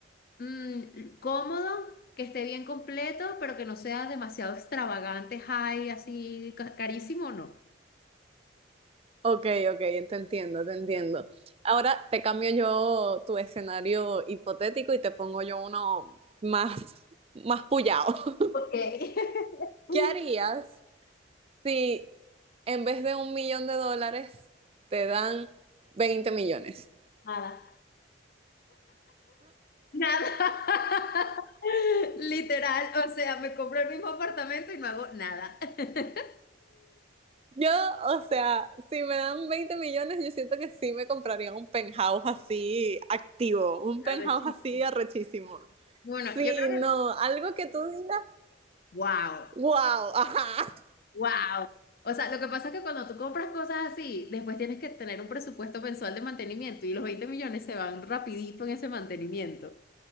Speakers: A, on the left; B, on the right.
A: mm, cómodo, que esté bien completo, pero que no sea demasiado extravagante, high, así ca- carísimo, no.
B: Ok, ok, te entiendo, te entiendo. Ahora te cambio yo tu escenario hipotético y te pongo yo uno más, más puyado. <laughs>
A: Ok. <laughs>
B: ¿Qué harías? si en vez de un millón de dólares te dan 20 millones?
A: Nada. Nada. <laughs> Literal, o sea, me compré el mismo apartamento y no hago nada. <laughs>
B: Yo, o sea, si me dan 20 millones, yo siento que sí me compraría un penthouse así activo, un penthouse
A: Arrechísimo.
B: así arrechísimo.
A: Bueno,
B: Sí,
A: yo creo
B: no,
A: que,
B: algo que tú digas,
A: wow,
B: wow, <laughs> ajá.
A: wow. O sea, lo que pasa es que cuando tú compras cosas así, después tienes que tener un presupuesto mensual de mantenimiento y los 20 millones se van rapidito en ese mantenimiento.